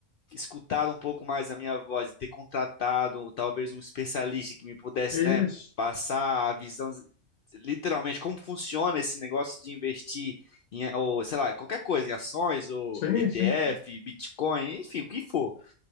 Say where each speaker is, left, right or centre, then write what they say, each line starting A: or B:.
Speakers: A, on the left; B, on the left.
A: escutado um pouco mais a minha voz e ter contratado talvez um especialista que me pudesse,
B: Isso,
A: né, passar a visão literalmente como funciona esse negócio de investir em, ou sei lá, qualquer coisa, em ações, ou
B: sim,
A: ETF,
B: sim.
A: Bitcoin, enfim, o que for.